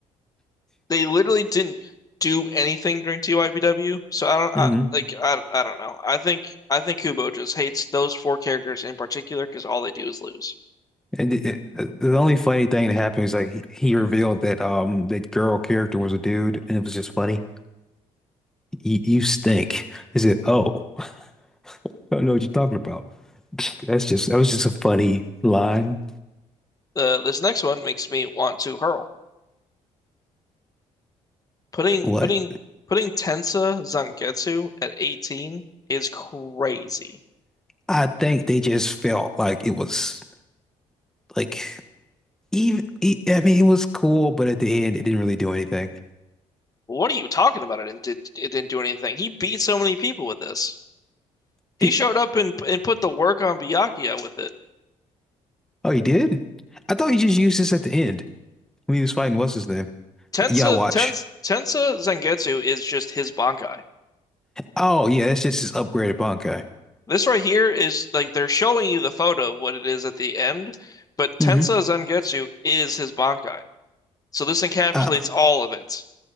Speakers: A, on the left (about 25°); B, in the centre.
A: They literally didn't do anything during TYBW, so I don't I,
B: hmm
A: like I, I don't know. I think I think Kubo just hates those four characters in particular because all they do is lose.
B: And it, it- uh, the only funny thing that happened is like he, he revealed that um that girl character was a dude, and it was just funny. You, you stink. He said, "Oh, <laughs> I don't know what you're talking about." That's just that was just a funny line.
A: Uh, this next one makes me want to hurl. Putting
B: What?
A: putting putting Tensa Zangetsu at 18 is crazy.
B: I think they just felt like it was like even e, I mean it was cool, but at the end it didn't really do anything.
A: What are you talking about? It didn't did, it didn't do anything. He beat so many people with this. He
B: Did,
A: showed up and and put the work on Byakuya with it.
B: Oh, he did? I thought he just used this at the end when he was fighting what's his name?
A: Tensa
B: Yawatch.
A: Tensa Tensa Zangetsu is just his Bankai.
B: Oh yeah, that's just his upgraded Bankai.
A: This right here is like they're showing you the photo of what it is at the end, but Tensa
B: Mm-hmm.
A: Zangetsu is his Bankai. So this encapsulates
B: Uh,
A: all of it.